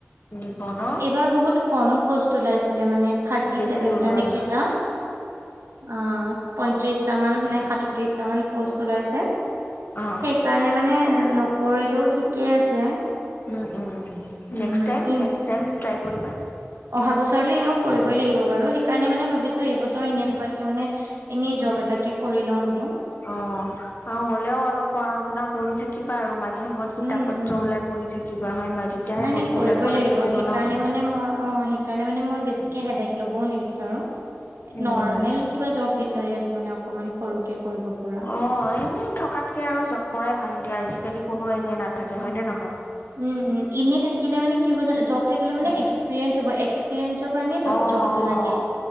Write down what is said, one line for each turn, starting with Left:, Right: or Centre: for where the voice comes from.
Left: দিব ন?
Right: এইবাৰ বহুত কম পষ্ট ওলাইছিলে মানে। থাৰ্টি
Left: বেছি
Right: চেভেনটা
Left: ওলোৱা
Right: নে
Left: নাই
Right: কেটা অ' পয়ত্ৰিশটা মান নে সাতত্ৰিশটা মান পষ্ট ওলাইছে
Left: অ'।
Right: সেইকাৰণে মানে নকৰিলো ঠিকে আছে।
Left: উম উম
Right: উম,
Left: নেক্সট্ টাইম
Right: ই
Left: নেক্সট্ টাইম ট্ৰাই কৰিবা।
Right: অহা বছৰলৈ এনেও কৰিবই লাগিব বাৰু সেইকাৰণে মানে ভাবিছোঁ এইবছৰ
Left: উম,
Right: এনেই থকাতকে মানে এনেই
Left: উম,
Right: জব এটাকে কৰি লওঁ বোলোঁ।
Left: অ'। অ', হ'লেও অলপ পঢ় শুনাও কৰি থাকিবা আৰু মাজে সময়ত কিতাপ
Right: উম,
Left: পত্ৰ
Right: উম
Left: ওলাই পঢ়ি থাকিবা হয়, ন' তেতিয়াহে
Right: নাই নাই
Left: বস্তুবিলাক
Right: কৰিবই
Left: মনত
Right: লাগিব
Left: থাকিব
Right: সেইকাৰণে
Left: ন?
Right: মানে মই অ', সেইকাৰণে মানে মই বেছিকে হেদেক ল'বও নিবিচাৰোঁ।
Left: উম।
Right: নৰ্মেল কিবা জব বিচাৰি আছোঁ মানে অকমান সৰুকে। কৰিব পৰা।
Left: অ', এনেই থকাতকে আৰু জব কৰাই ভাল দিয়া আজিকালি কোনো এনে নাথাকে হয়নে নহয়?
Right: উম, উম, ইনেই থাকিলে মানে কি হ'ব জা-জব থাকিলে মানে
Left: উম।
Right: এক্সপিৰিয়েন্ঞ্চ হ'ব, এক্সপিৰিয়েঞ্চৰ কাৰণে দ-জবটো
Left: অ', অ'।
Right: লাগে।